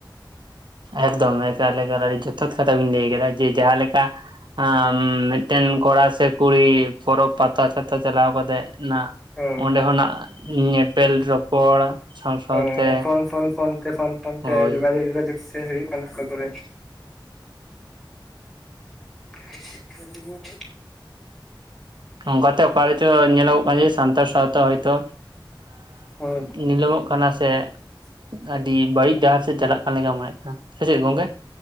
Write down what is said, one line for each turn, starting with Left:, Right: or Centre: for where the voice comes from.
Right: ᱮᱠᱫᱚᱢ ᱮᱠᱟᱞ ᱮᱠᱟᱞ ᱟᱹᱰᱤ ᱡᱚᱛᱷᱟᱛ ᱠᱟᱛᱷᱟ ᱵᱤᱱ ᱞᱟᱹᱭ ᱠᱟᱫᱟ ᱡᱮ ᱡᱟᱦᱟᱸ ᱞᱮᱠᱟ ᱟᱸ ᱢᱤᱫᱴᱮᱱ ᱠᱚᱲᱟ ᱥᱮ ᱠᱩᱲᱤ ᱯᱚᱨᱚᱵᱽ ᱯᱟᱛᱟ ᱪᱷᱟᱛᱟ ᱪᱟᱞᱟᱣ ᱠᱟᱛᱮᱫ ᱚᱱᱟᱜ
Centre: ᱦᱮᱸ
Right: ᱚᱸᱰᱮ ᱠᱷᱚᱱᱟᱜ ᱧᱮᱯᱮᱞ ᱨᱚᱯᱚᱲ ᱥᱟᱶ ᱥᱟᱶᱛᱮ
Centre: ᱚ ᱯᱷᱳᱱ ᱯᱷᱳᱱ ᱯᱷᱳᱱ ᱛᱮ ᱯᱷᱳᱱ ᱯᱷᱳᱱ
Right: ᱦᱳᱭ
Centre: ᱛᱮ ᱡᱳᱜᱟᱡᱳᱜ ᱡᱳᱜᱟᱡᱳᱜ ᱥᱮ ᱦᱩᱭᱩᱜ ᱠᱟᱱᱟ ᱚᱠᱟ ᱠᱚᱨᱮ᱾ <inaudible>
Right: ᱚᱱᱠᱟᱛᱮ ᱚᱠᱟᱨᱮᱪᱚ ᱧᱮᱞᱚᱜᱚᱜ ᱠᱟᱱᱟ ᱡᱮ ᱥᱟᱱᱛᱟᱲ ᱥᱟᱶᱛᱟ ᱦᱚᱭᱛᱚ
Centre: ᱦᱩᱸ
Right: ᱮᱸᱜ ᱱᱤᱞᱟᱹᱢᱚᱜ ᱠᱟᱱᱟ ᱥᱮ
Centre: <inaudible>
Right: ᱟᱹᱰᱤ ᱵᱟᱹᱲᱤᱡ ᱰᱟᱦᱟᱨ ᱥᱮᱫ ᱪᱟᱞᱟᱜ ᱠᱟᱱ ᱞᱮᱠᱟ ᱢᱚᱱᱮᱜ ᱠᱟᱱᱟ ᱥᱮ ᱪᱮᱫ ᱜᱚᱝᱠᱮ